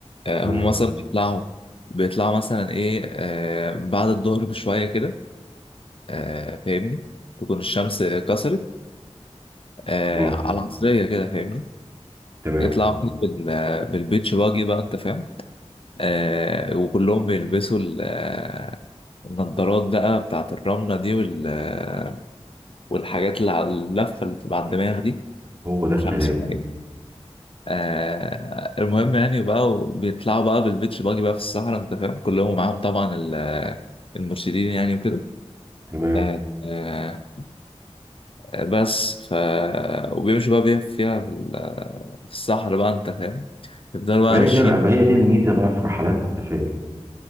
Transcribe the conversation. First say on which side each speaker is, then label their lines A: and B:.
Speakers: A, on the left (about 55°); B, on the right (about 25°).
A: آه،
B: تمام
A: هم مثلا بيطلعوا بيطلعوا مثلا ايه آه، بعد الظهر بشوية كده آه، فاهمني تكون الشمس كسرت آه
B: مم.
A: على عصرية كده فاهمني
B: تمام
A: يطلعوا كده بال بالبيتش باجي بقى انت فاهم آه وكلهم بيلبسوا ال- آه، النضارات بقى بتاعت الرملة دي وال آه، والحاجات اللي على اللفة اللي بتبقى على الدماغ دي
B: هو ده الكلام
A: مش عارف اسمها ايه آه المهم يعني بقى بيطلعوا بقى بالبيتش باجي بقى في الصحراء انت فاهم كلهم معاهم طبعا ال- آه، المرشدين يعني وكده
B: تمام
A: آه آه، بس ف وبيمشوا بقى بيها- فيها في ال- في الصحراء بقى انت فاهم يفضلوا بقى
B: ما هي
A: ماشيين
B: دي ما هي دي الميزة بقى في رحلات السفاري